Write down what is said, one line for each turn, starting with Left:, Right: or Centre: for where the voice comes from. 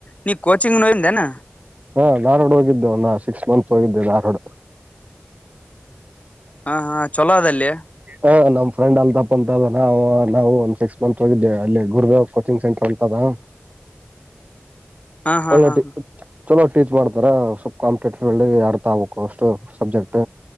Left: ನೀ ಕೋಚಿಂಗ್ ನೋಡಿಂದೇನ
Right: ಹಾ ಧಾರ್ವಾಡ ಹೋಗಿದ್ದೆ ಒಂದ ಸಿಕ್ಸ್ ಮಂತ್ಸ್ ಹೋಗಿದ್ದೆ ರ್ವಾಡ
Left: ಹ ಹಾ ಚೊಲೋ ಅದಲ್ಲಿಯ
Right: ಹ ನಮ್ ಫ್ರೆ್ ಅಲ್ತಪ್ಪ ಅಂತ ಅದ ನಾವು ನಾವು ಒಂದ್ ಸಿಕ್ಸ್ ಮಂತ್ ಅಲ್ಲಿ ಗುರುದೇವ್ ಕೋಚಿಂಗ್ ಸೆಂಟರ್ ಅಂತದ
Left: ಹಾ ಹಾ
Right: ಒಳನಾಟಿ
Left: ಹಾ ಹಾ
Right: <unintelligible> ಚಲೋ ಟೀಚ್ ಮಾಡ್ತಾರ ಸ್ವಲ್ಪ ಕಾಂಪಟೇಟಿವ್ ಫಲ್ಡ್ ಯಡ್ತಾ ಆಗಬೇಕು ಅಷ್ಟು ಸಬ್ಜೆಕ್ಟ್